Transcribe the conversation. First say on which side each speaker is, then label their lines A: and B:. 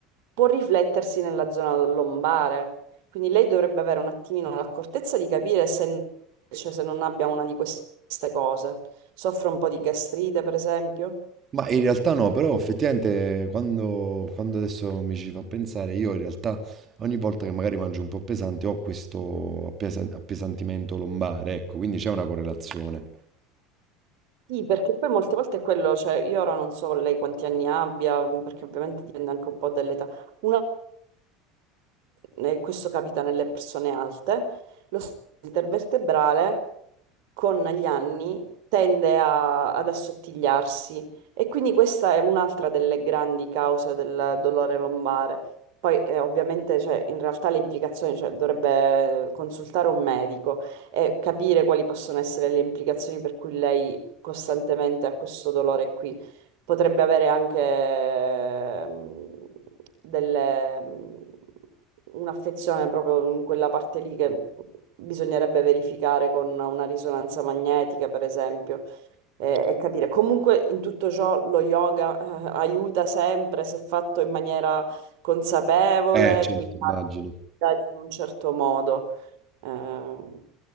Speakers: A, on the right; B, on the right.
A: può riflettersi nella zona lombare. Quindi lei dovrebbe avere un attimino l'accortezza di capire se, cioè, se non abbia una di queste cose. Soffre un po' di gastrite, per esempio.
B: Ma in realtà no, però effettivamente quando, quando adesso mi ci fa pensare, io in realtà ogni volta che magari mangio un po' pesante ho questo appesa- appesantimento lombare, ecco, quindi c'è una correlazione,
A: Sì, perché poi molte volte è quello, cioè io ora non so lei quanti anni abbia, perché ovviamente dipende anche un po' dall'età. Una e questo capita nelle persone alte, lo stato intervertebrale con gli anni tende a- ad assottigliarsi e quindi questa è un'altra delle grandi cause del dolore lombare. Poi eh, ovviamente cioè, in realtà le implicazioni, cioè, dovrebbe consultare un medico e capire quali possono essere le implicazioni per cui lei costantemente ha questo dolore qui potrebbe avere anche ehm, delle- mm, un'affezione proprio in quella parte lì che bisognerebbe verificare con una risonanza magnetica, per esempio, e, e capire. Comunque, in tutto ciò, lo yoga, eh, aiuta sempre se fatto in maniera consapevole,
B: Eh, certo.
A: guidato
B: immagino.
A: guidato in un certo modo. Ehm,